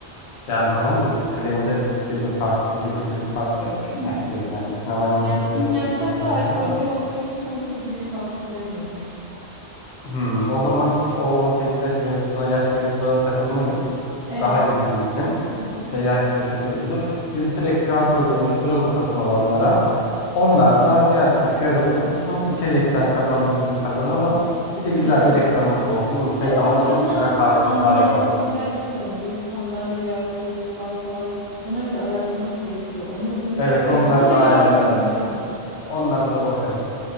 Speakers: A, on the left; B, on the right.
A: Yani tamam da biz Clay'inde gece partisi, gece kulüp partisi yap, film yapacağız yani. Sinemaya 18
B: Yani film
A: yaş altı
B: yapsak
A: giremeye
B: da
A: de
B: alkollü
A: bir şey var mı?
B: olduğu için 18 yaş altı giremiyor.
A: Hmm, o zaman hiç o 18 yaş mevzusuna, yaş mevzusuna da takılmayız.
B: Evet
A: Daha iyi
B: evet.
A: bizim için.
B: Hı hı.
A: İşte yaştır, şudur, budur. Biz direkt QR kodu oluşturalım satın alanlara. Onlar da gelsin QR'ı okutsun. içecekten kazandığımızı kazanalım. Bir de güzel
B: Evet.
A: bir reklamımız olsun. Instagram'a
B: Bir de ortamı,
A: da çok güzel paylaşımlar
B: ambiyansı
A: yapalım.
B: güzel yapalım. Böyle sandalyeler, koltuklar falan. Onları bir ayarlamak gerekiyor. Onu mutlaka,
A: Evet, onları
B: onu da
A: da
B: yarın
A: ayarlayalım.
B: konuşalım.
A: Onlara da bakarız.